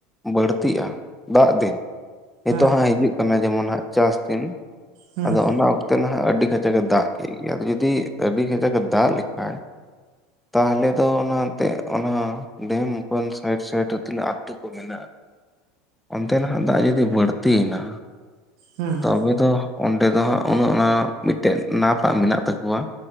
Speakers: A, in the centre; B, on the right.
A: ᱵᱟᱹᱲᱛᱤᱜᱼᱟ ᱫᱟᱜ ᱫᱤᱱ ᱱᱤᱛᱚᱜ
B: ᱦᱮᱸ
A: ᱦᱟᱜ ᱦᱤᱡᱩᱜ, ᱠᱟᱱᱟ ᱡᱮᱢᱚᱱ ᱦᱟᱜ ᱪᱟᱥ ᱫᱤᱱ
B: ᱦᱮᱸ
A: ᱟᱫᱚ ᱚᱱᱟ ᱱᱟᱦᱟᱜ ᱟᱹᱰᱤ ᱠᱟᱡᱟᱠ ᱮ ᱫᱟᱜ ᱠᱮᱫ ᱜᱮ ᱟᱫᱚ ᱡᱩᱫᱤ ᱟᱹᱰᱤ ᱠᱟᱡᱟᱠ ᱮ ᱫᱟᱜ ᱞᱮᱠᱷᱟᱡ ᱛᱟᱦᱚᱞᱮ ᱫᱚ ᱚᱱᱟ ᱮᱱᱛᱮ ᱚᱱᱟ ᱰᱮᱢ ᱠᱷᱚᱱ ᱥᱟᱭᱤᱰ ᱥᱟᱭᱤᱰ ᱨᱮ ᱛᱤᱱᱟᱹᱜ ᱟᱛᱳ ᱠᱚ ᱢᱮᱱᱟᱜᱼᱟ ᱾ ᱚᱱᱛᱮ ᱱᱟᱦᱟᱜ ᱫᱟᱜ ᱡᱩᱫᱤ ᱵᱟᱹᱲᱛᱤ ᱮᱱᱟ
B: ᱦᱮᱸ
A: ᱛᱚᱵᱮ ᱫᱚ ᱚᱸᱰᱮ ᱫᱚ ᱦᱟᱸᱜ ᱚᱱᱮ ᱚᱱᱟ ᱢᱤᱫᱴᱮᱱ ᱱᱟᱯ ᱟᱜ ᱢᱮᱱᱟᱜ ᱛᱟᱠᱚᱣᱟ